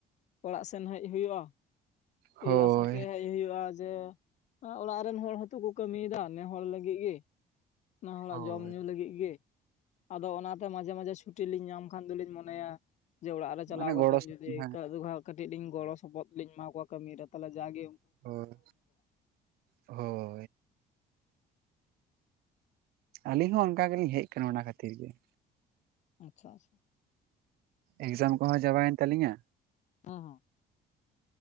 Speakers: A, on the left (about 45°); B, on the right (about 70°).
A: ᱚᱲᱟᱜ ᱥᱮᱱ ᱦᱚᱸ ᱦᱮᱡ ᱦᱩᱭᱩᱜᱼᱟ᱾
B: ᱦᱳᱭ
A: ᱤᱭᱟᱹ ᱟᱥᱟᱛᱮ ᱦᱮᱡ ᱦᱩᱭᱩᱜᱼᱟ ᱡᱮ ᱚᱲᱟᱜ ᱨᱮᱱ ᱦᱚᱲ ᱦᱛᱚ ᱠᱚ ᱠᱢᱤᱭᱮᱫᱟ ᱱᱮ ᱦᱚᱲ ᱞᱟᱹᱜᱤᱫ ᱜᱮ ᱚᱱᱟ ᱦᱚᱲᱟᱜ
B: ᱦᱳᱭ
A: ᱡᱚᱢ ᱧᱩ ᱞᱟᱹᱜᱤᱫ ᱜᱮ᱾ ᱟᱫᱚ ᱚᱱᱟᱛᱮ ᱢᱟᱡᱷᱮ ᱢᱟᱡᱷᱮ ᱪᱷᱩᱴᱤ ᱞᱤᱧ ᱧᱟᱢ ᱠᱷᱟᱱ ᱫᱚᱞᱤᱧ ᱢᱚᱱᱮᱭᱟ ᱡᱮ ᱚᱲᱟᱜ ᱨᱮ ᱪᱟᱞᱟᱣ
B: ᱢᱟᱱᱮ
A: ᱠᱟᱛᱮᱫ
B: ᱜᱚᱲᱚ
A: ᱦᱚᱸ
B: ᱥᱚᱯᱚᱦᱚᱫ
A: ᱡᱩᱫᱤ ᱮᱠᱟ
B: ᱦᱮᱸ
A: ᱫᱩᱜᱷᱟᱣ ᱠᱟᱹᱴᱤᱡ ᱞᱤᱧ ᱜᱚᱲᱚ ᱥᱚᱯᱚᱦᱚᱫ ᱞᱤᱧ ᱮᱢᱟᱣᱠᱚᱣᱟ ᱠᱟᱹᱢᱤ ᱨᱮ ᱛᱟᱦᱚᱞᱮ ᱡᱟ ᱜᱮ,
B: ᱦᱳᱣ, ᱦᱳ, ᱟᱹᱞᱤᱧ ᱦᱚᱸ ᱚᱱᱠᱟ ᱜᱮᱞᱤᱧ ᱦᱮᱡ ᱠᱟᱱᱟ ᱚᱱᱟ ᱠᱷᱟᱹᱛᱤᱨ ᱜᱮ,
A: ᱟᱪᱪᱷᱟ, ᱟᱪᱪᱷᱟ,
B: ᱮᱠᱡᱟᱢ ᱠᱚᱦᱚᱸ ᱪᱟᱵᱟᱭᱮᱱ ᱛᱟᱞᱤᱧᱟ,
A: ᱦᱚᱸ, ᱦᱚᱸ,